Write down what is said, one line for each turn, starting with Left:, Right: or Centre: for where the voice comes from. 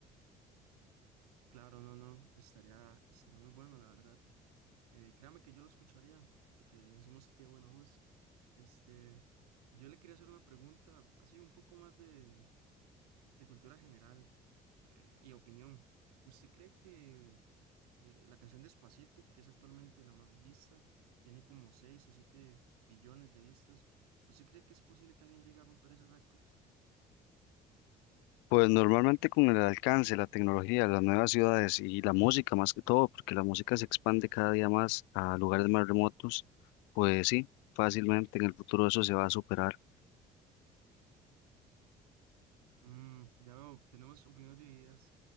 Right: Claro, no, no, estaría, estaría muy bueno, la verdad. Eh, créame que yo lo escucharía, porque encima usted tiene buena voz. Este, yo le quería hacer una pregunta, así un poco más de, de cultura general eh, y opinión. ¿Usted cree que eh, la canción Despacito, que es actualmente la más vista, tiene como seis o siete billones de vistas? ¿Usted cree que es posible que alguien llegue a romper ese récord?
Left: Pues normalmente con el alcance, la tecnología, las nuevas ciudades y la música más que todo, porque la música se expande cada día más a lugares más remotos, pues sí, fácilmente en el futuro eso se va a superar.
Right: Mm, ya veo, tenemos opiniones divididas.